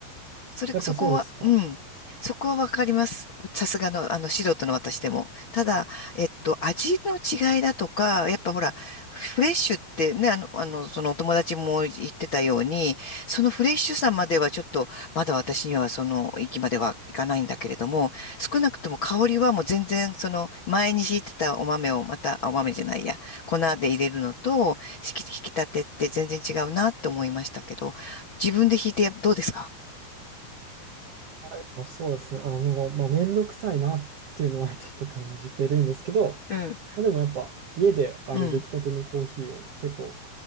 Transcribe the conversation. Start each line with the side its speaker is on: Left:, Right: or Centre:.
Left: それ、
Right: やっぱそうですか。
Left: そこは、うん。そこはわかります。さすがの、あの、素人の私でも。ただ、えっと、味の違いだとか、やっぱほら、フレッシュってね、あの、あの、そのお友達も言ってたように、そのフレッシュさまではちょっと、まだ私にはその域まではいかないんだけれども、少なくとも香りはもう全然、その、前に敷いてたお豆をまた、あお豆じゃないや、粉で入れるのと、引き、引き立てって全然違うなって思いましたけど、自分で引いてやどうですか
Right: やっぱそうですね。あの、まあ、めんどくさいなっていうのは <laughs> ちょっと感じてるんですけど、
Left: うん
Right: まあ、でもやっぱ家であの出来たてのコーヒーを結構、
Left: うん、